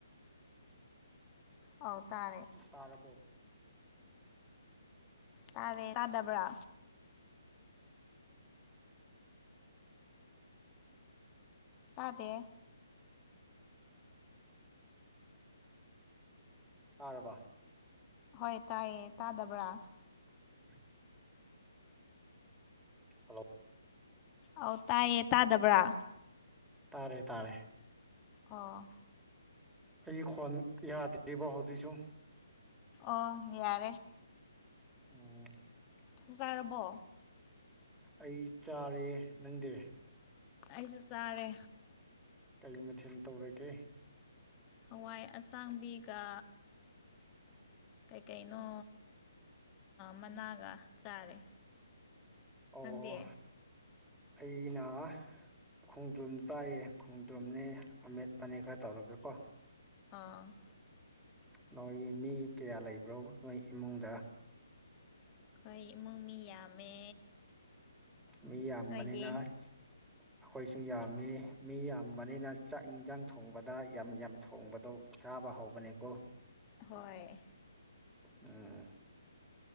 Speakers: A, on the left; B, in the centre.
A: ꯑꯧ ꯇꯥꯔꯦ
B: ꯇꯥꯔꯕꯣ
A: ꯇꯥꯔꯦ ꯇꯥꯗꯕ꯭ꯔꯥ ꯇꯥꯗꯦ
B: ꯇꯥꯔꯕꯥ
A: ꯍꯣꯏ ꯇꯥꯏꯌꯦ ꯇꯥꯗꯕ꯭ꯔꯥ
B: <inaudible> ꯍꯜꯂꯣ
A: ꯑꯧ ꯇꯥꯏꯌꯦ ꯇꯥꯗꯕ꯭ꯔꯥ
B: ꯇꯥꯔꯦ ꯇꯥꯔꯦ
A: ꯑꯣ
B: ꯑꯩ ꯈꯣꯟ ꯌꯥꯗ꯭ꯔꯤꯕ ꯍꯧꯖꯤꯛꯁꯨ
A: ꯑꯣ ꯌꯥꯔꯦ
B: ꯑꯣ
A: ꯆꯥꯛ ꯆꯥꯔꯕꯣ
B: ꯑꯩ ꯆꯥꯔꯦ ꯅꯪꯗꯤ
A: ꯑꯩꯁꯨ ꯆꯥꯔꯦ
B: ꯀꯔꯤ ꯃꯊꯦꯜ ꯇꯧꯔꯒꯦ
A: ꯍꯋꯥꯏ ꯑꯁꯥꯡꯕꯤꯒ ꯀꯩꯀꯩꯅꯣ ꯃꯅꯥꯒ ꯆꯥꯔꯦ
B: ꯑꯣ
A: ꯅꯪꯗꯤ
B: ꯑꯩꯅ ꯈꯣꯡꯗ꯭ꯔꯨꯝ ꯆꯥꯏꯌꯦ ꯈꯣꯡꯗ꯭ꯔꯨꯝꯅꯦ ꯑꯃꯦꯠꯄꯅꯦ ꯈꯔ ꯇꯧꯔꯒꯀꯣ
A: ꯑꯣ
B: ꯅꯣꯏ ꯃꯤ ꯀꯌꯥ ꯂꯩꯕ꯭ꯔꯣ ꯅꯣꯏ ꯏꯃꯨꯡꯗ
A: ꯑꯩꯈꯣꯏ ꯏꯃꯨꯡ ꯃꯤ ꯌꯥꯝꯃꯦ
B: ꯃꯤ ꯌꯥꯝꯕꯅꯤꯅ
A: ꯅꯣꯏꯗꯤ
B: ꯑꯩꯈꯣꯏꯁꯨ ꯌꯥꯝꯃꯤ ꯃꯤ ꯌꯥꯝꯕꯅꯤꯅ ꯆꯥꯛ ꯏꯟꯁꯥꯡ ꯊꯣꯡꯕꯗ ꯌꯥꯝ ꯌꯥꯝ ꯊꯣꯡꯕꯗꯣ ꯆꯥꯕ ꯍꯧꯕꯅꯦꯀꯣ
A: ꯍꯣꯏ
B: ꯎꯝ